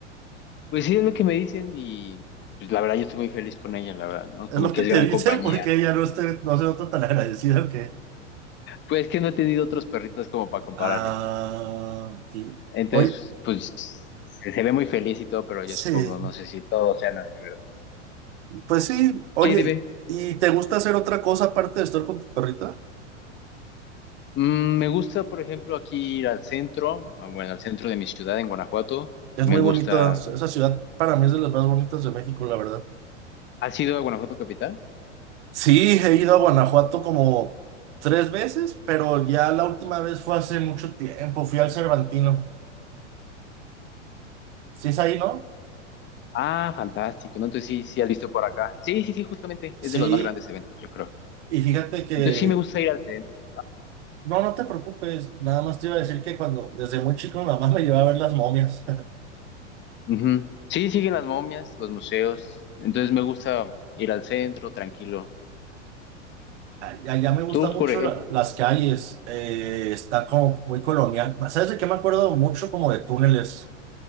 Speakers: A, on the left (about 30°); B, on the right (about 65°).
A: Pues sí, es lo que me dicen y pues la verdad yo estoy muy feliz con ella, la verdad, ¿no?
B: Es
A: Como
B: lo
A: que
B: que
A: es
B: te
A: gran
B: <laughs> dicen
A: compañía.
B: porque ella no, esté, no se nota tan agradecida que.
A: Pues que no he tenido otros perritos como para compararlo.
B: Ah, sí.
A: Entonces,
B: Oye,
A: pues se, se ve muy feliz y todo, pero
B: sí,
A: yo supongo, no sé si todos sean así, ¿verdad?
B: pues sí, oye,
A: Sí, dime.
B: ¿y te gusta hacer otra cosa aparte de estar con tu perrita?
A: Mm, me gusta, por ejemplo, aquí ir al centro, ah, bueno, al centro de mi ciudad en Guanajuato.
B: Es
A: Me
B: muy
A: gusta.
B: bonita, esa ciudad para mí es de las más bonitas de México, la verdad.
A: ¿Has ido a Guanajuato Capital?
B: Sí, he ido a Guanajuato como tres veces, pero ya la última vez fue hace mucho tiempo, fui al Cervantino. ¿Sí es ahí, no?
A: Ah, fantástico, ¿no? Entonces sí, sí has visto por acá. Sí, sí, sí, justamente es
B: Sí,
A: de los más grandes eventos, yo creo.
B: y fíjate que,
A: Entonces sí me gusta ir al centro.
B: no, no te preocupes, nada más te iba a decir que cuando, desde muy chico, mi mamá <laughs> me llevaba a ver las momias. <laughs>
A: Ujú. Sí, siguen las momias, los museos. Entonces me gusta ir al centro, tranquilo.
B: Ay- Allá me gustan
A: ¿Tú,
B: mucho
A: por ejemplo?
B: la- las calles, eh, está como muy colonial. ¿Sabes de qué me acuerdo mucho? Como de túneles.